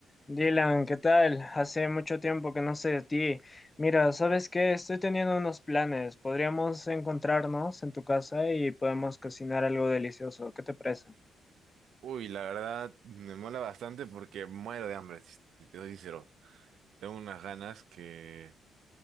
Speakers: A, on the left; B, on the right.
A: Dylan, ¿qué tal? Hace mucho tiempo que no sé de ti. Mira, ¿sabes qué? Estoy teniendo unos planes. Podríamos encontrarnos en tu casa y podemos cocinar algo delicioso. ¿Qué te parece?
B: Uy, la verdad me mola bastante porque muero de hambre, si si te soy sincero. Tengo unas ganas que